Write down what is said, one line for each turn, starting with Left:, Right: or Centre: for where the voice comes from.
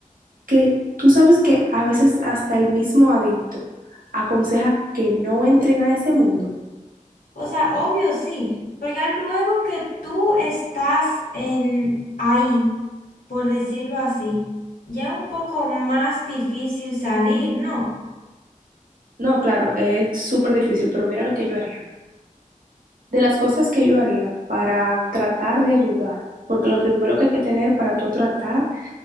Right: que tú sabes que a veces hasta el mismo adicto aconseja que no entren a ese mundo.
Left: O sea, obvio sí, pero ya luego que tú estás en ahí, por decirlo así, ya es un poco más difícil salir, ¿no?
Right: No, claro, es súper difícil, pero mira lo que yo haría. De las cosas que yo haría para tratar de ayudar, porque lo primero que hay que tener para tú tratar